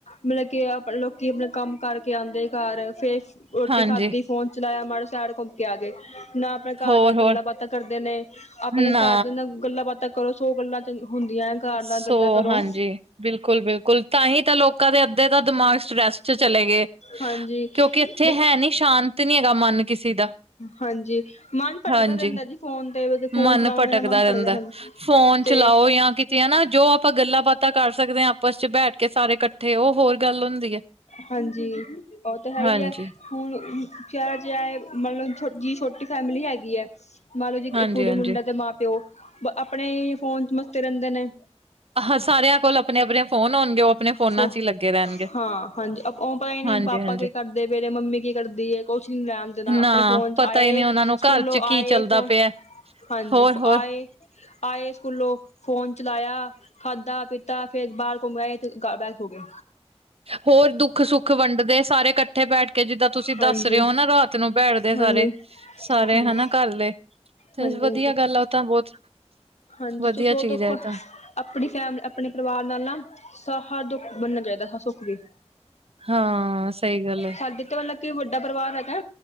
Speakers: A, on the left (about 85°); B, on the right (about 60°).
A: ਮਤਲਬ ਕਿ ਆਪ ਲੋਕੀ ਆਪਣਾ ਕੰਮ ਕਰਕੇ ਆਉਂਦੇ ਘਰ ਫੇਰ ਰੋਟੀ
B: ਹਾਂਜੀ।
A: ਖਾਧੀ ਫੋਨ ਚਲਾਇਆ ਮੜਾ ਸਡ ਆ ਗਏ ਨਾ ਆਪਣੇ ਘਰ
B: ਹੋਰ-ਹੋਰ
A: ਦੇ ਨਾਲ ਗੱਲਾਂ ਬਾਤਾਂ ਕਰਦੇ ਨੇ ਆਪਣੇ
B: ਨਾ
A: ਘਰ ਦੇ ਨਾਲ ਗੱਲਾਂ ਬਾਤਾਂ ਕਰੋ ਸੋ ਗੱਲਾਂ ਚੰ ਹੁੰਦੀਆਂ। ਘਰ
B: ਸੋ
A: ਨਾਲ ਗੱਲਾਂ ਕਰੋ
B: ਹਾਂਜੀ ਬਿਲਕੁਲ ਬਿਲਕੁਲ ਤਾਂਹੀ ਤਾਂ ਲੋਕਾਂ ਦੇ ਅੱਧੇ ਦਾ ਦਿਮਾਗ ਸੈਸਟ ਚਲੇ ਗਏ
A: ਹਾਂਜੀ
B: ਕਿਉਂਕਿ ਇੱਥੇ
A: ਦੇਖੋ
B: ਹੈ ਨੀ ਸ਼ਾਂਤ ਨੀ ਹੈਗਾ ਮਨ ਕਿਸੇ ਦਾ।
A: ਹਾਂਜੀ ਮਨ ਭੜਕਦਾ
B: ਹਾਂਜੀ,
A: ਰਹਿੰਦਾ ਜੀ ਫੋਨ ਤੇ
B: ਮਨ
A: ਫੋਨ ਚਲਾਵਾਂਗੇ
B: ਭਟਕਦਾ
A: ਨਾ ਮਨ ਭੜਕਦਾ ਰਹਿੰਦਾ।
B: ਫੋਨ
A: ਤੇ
B: ਚਲਾਓ ਜਾਂ ਕਿਤੇ ਹਨਾ ਜੋ ਆਪਾਂ ਗੱਲਾਂ ਬਾਤਾਂ ਕਰ ਸਕਦੇ ਹਾਂ ਆਪਸ ਚ ਬੈਠ ਕੇ ਸਾਰੇ ਇਕੱਠੇ ਉਹ ਹੋਰ ਗੱਲ ਹੁੰਦੀ ਹੈ
A: ਹਾਂਜੀ ਉਹ ਤਾਂ ਹੈ
B: ਹਾਂਜੀ।
A: ਹੀ ਹੈ ਹੁਣ ਜਿਹਾ ਮਤਲਬ ਜਿ ਛੋਟੀ ਫੈਮਲੀ ਹੈਗੀ ਹੈ। ਮੰਨ ਲਓ ਜੀ
B: ਹਾਂਜੀ,
A: ਇੱਕ ਕੁੜੀ
B: ਹਾਂਜੀ,
A: ਮੁੰਡਾ ਤੇ ਮਾਂ ਪਿਓ ਆਪਣੇ ਹੀ ਫੋਨ ਚ ਮਸਤੀ ਰਹਿੰਦੇ ਨੇ।
B: ਆਹਾਂ ਸਾਰਿਆਂ ਕੋਲ ਆਪਣੇ ਆਪਣੇ ਫ਼ੋਨ ਆਉਣਗੇ ਓ ਆਪਣੇ ਫੋਨਾਂ
A: ਫ
B: ਚ ਹੀ ਲੱਗੇ ਰਹਿਣਗੇ।
A: ਹਾਂ ਹਾਂਜੀ ਉਹ ਪਤਾ ਹੀ ਨਹੀਂ
B: ਹਾਂਜੀ-ਹਾਂਜੀ,
A: ਪਾਪਾ ਕੀ ਕਰਦੇ ਮੇਰੇ ਮੰਮੀ ਕੀ ਕਰਦੀ। ਕੋਚਿੰ ਲੈਣ ਦੇਣਾ
B: ਨਾ
A: ਆਪਣੇ ਫੋਨ
B: ਪਤਾ
A: ਆਏ
B: ਹੀ ਨਹੀਂ ਉਹਨਾਂ ਨੂੰ
A: ਸਕੂਲੋਂ
B: ਘਰ ਚ ਕੀ
A: ਆਏ
B: ਚੱਲਦਾ
A: ਫੋਨ
B: ਪਿਆ।
A: ਹਾਂਜੀ
B: ਹੋਰ-ਹੋਰ,
A: ਆਏ। ਆਏ ਸਕੂਲੋਂ ਫੋਨ ਚਲਾਇਆ ਖਾਧਾ ਪੀਤਾ ਫਿਰਰ ਬਾਹਰ ਘੁੰਮ ਆਏ ਇਕਾ ਬੇਗ ਹੋ ਗਿਆ
B: ਹੋਰ ਦੁੱਖ ਸੁੱਖ ਵੰਡਦੇ ਸਾਰੇ ਇਕੱਠੇ ਬੈਠ ਕੇ ਜਿੱਦਾਂ ਤੁਸੀਂ ਦੱਸ
A: ਹਾਂਜੀ
B: ਰਹੇ ਹੋ ਨਾ ਰਾਤ ਨੂੰ ਬੈਠਦੇ ਸਾਰੇ।
A: ਹਾਂਜੀ
B: ਸਾਰੇ
A: ਹਾਂਜੀ
B: ਹਨਾ ਘਰ ਦੇ ਤੇ
A: ਹਾਂਜੀ
B: ਵਧੀਆ
A: ਹਾਂਜੀ
B: ਗੱਲ ਆ ਉਹ ਤਾਂ ਬਹੁਤ
A: ਹਾਂਜੀ
B: ਵਧੀਆ
A: ਤੁਸੀਂ ਉਹ
B: ਚੀਜ਼
A: ਦੁੱਖ
B: ਹੈ ਇਹ ਤਾਂ।
A: ਆਪਣੀ ਫੈਮ ਆਪਣੇ ਪਰਿਵਾਰ ਨਾਲ ਨਾ ਸਾਹਾ ਦੁੱਖ ਬਨਨਾ ਚਾਹੀਦਾ ਸੁੱਖ ਵੀ।
B: ਹਾਂ ਸਹੀ ਗੱਲ ਹੈ
A: ਸਾਡੀ ਤੇ ਮਤਲਬ ਵੱਡਾ ਪਰਿਵਾਰ ਹੈਗਾ